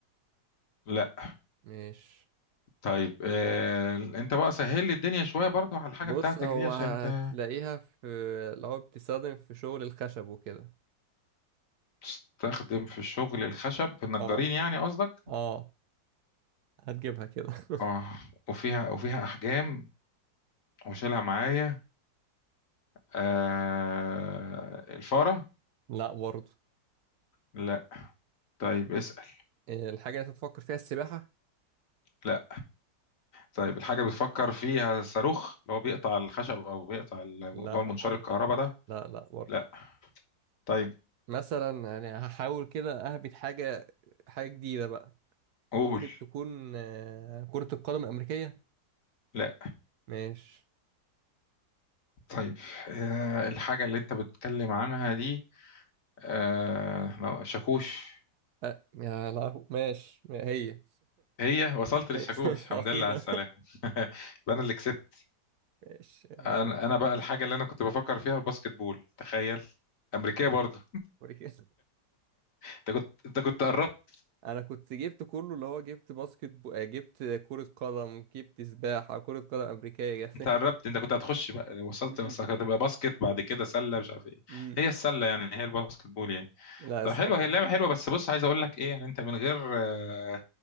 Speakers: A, on the left; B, on the right.
A: لا
B: مش
A: طيب آه انت بقى سهل لي الدنيا شويه برضو على الحاجه
B: بص
A: بتاعتك
B: هو
A: دي عشان
B: هتلاقيها
A: انت
B: في لو بتستخدم في شغل الخشب وكده
A: تستخدم في الشغل الخشب في النجارين
B: اه
A: يعني قصدك
B: اه هتجيبها كده <laughs>
A: اه وفيها وفيها احجام وشيلها معايا آه الفاره
B: لا برضه
A: لا طيب اسأل
B: إيه، الحاجة اللي أنت تفكر فيها السباحة
A: لا طيب الحاجة بتفكر فيها الصاروخ اللي هو بيقطع الخشب أو بيقطع ال- اللي
B: لا
A: هو المنشار
B: برضه
A: الكهرباء ده
B: لا لا برضه
A: لا طيب
B: مثلا يعني هحاول كده أهبط حاجة حاجة جديدة بقى
A: قول
B: ممكن تكون آه، كرة القدم الأمريكية
A: لا
B: ماشي
A: طيب آه، الحاجة اللي انت بتتكلم عنها دي آه، ما- شاكوش
B: أه يا لهو ماشي هي
A: هي وصلت للشاكوش
B: هي.
A: الحمد
B: <laughs> أخيرا
A: لله على السلامة <laughs> يبقى انا اللي كسبت
B: <laughs> ماشي
A: انا
B: آه،
A: انا بقى الحاجة اللي انا كنت بفكر فيها الباسكت بول تخيل امريكية برضو
B: أمريكية
A: انت كنت انت كنت قربت
B: انا كنت جبت كله اللي هو جبت باسكت بو... آه، جبت كرة قدم جبت سباحة كرة قدم امريكية <laughs>
A: انت قربت
B: جبت
A: انت كنت هتخش بقى وصلت
B: مم.
A: وصلت هتبقى باسكت بعد كده سلة مش عارف ايه
B: مم.
A: هي السلة يعني هي الباسكت بول يعني
B: لا
A: ده
B: الصراحة
A: حلو هي اللعبة حلوة بس بص عايز اقول لك ايه يعني انت من غير آه،